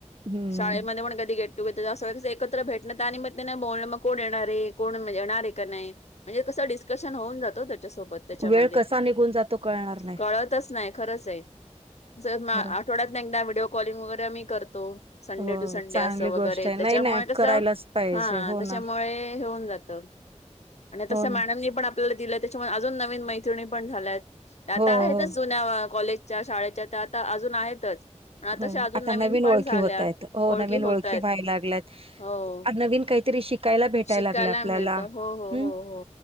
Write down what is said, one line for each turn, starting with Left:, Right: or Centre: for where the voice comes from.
Right: हम्म
Left: शाळेमध्ये मग कधी गेट टुगेदर असत एकत्र भेटणं आणि मग त्या बोलण मग कोण येणार हे कोण म्ह येणार आहे का नाही म्हणजे कस डिस्कशन होऊन जात त्याच्या सोबत त्याच्यामध्ये
Right: वेळ कसा निघून जातो कळणार नाही
Left: कळतच नाही खरंच आहे जर ना
Right: खरंच
Left: आ आठवड्यात एकदा व्हिडिओ कॉलिंग वगैरे आम्ही करतो संडे
Right: हो
Left: टू संडे
Right: चांगली
Left: असं वगैरे
Right: गोष्ट आहे नाही
Left: त्याच्यामुळे
Right: नाही
Left: कसं
Right: करायलाच पाहिजे
Left: हा
Right: हो
Left: त्याच्यामुळे
Right: ना
Left: हेऊन जात आणि तस
Right: हो ना
Left: मॅडम नि पण त्याच्यामुळे अजून नवीन मैत्रणी पण झाल्यात आता
Right: हो
Left: आहेत
Right: हो
Left: जु जुन्या कॉलेजच्या शाळेच्या त्या तर अजून आहेतच. पण
Right: हो
Left: तशा अजून
Right: आता नवीन
Left: पण
Right: ओळखी
Left: झाल्या
Right: होत आहेत हो नवीन
Left: होतायत
Right: ओळखी व्हायला लागल्यात
Left: हो.
Right: नवीन काहीतरी शिक शिकायला भेटाय
Left: शिकायला
Right: लागलय आपल्याला
Left: मिळतं हो हो
Right: हम्म
Left: हो हो